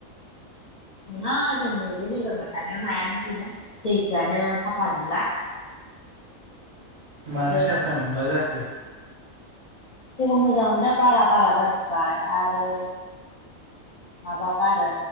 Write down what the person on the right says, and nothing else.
<inaudible>
मानो साफा नंला जाखो?